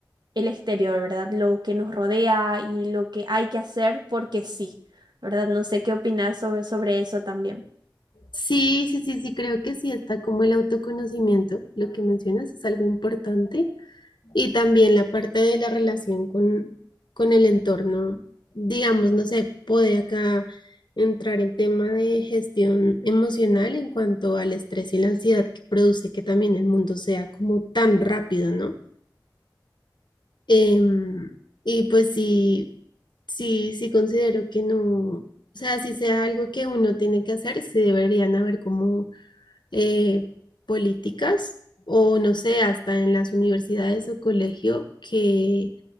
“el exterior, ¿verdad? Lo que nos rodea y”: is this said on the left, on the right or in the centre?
Right